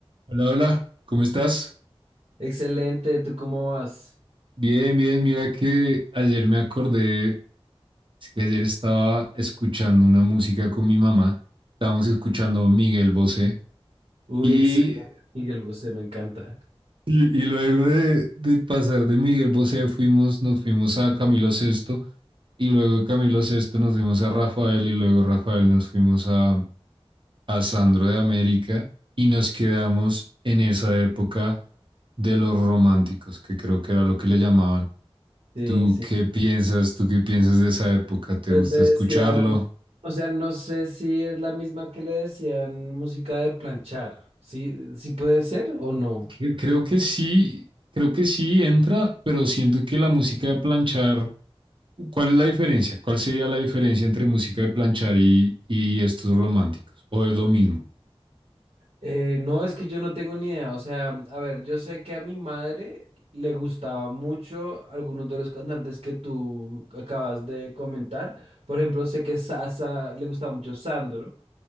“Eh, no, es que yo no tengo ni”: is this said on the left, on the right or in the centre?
Right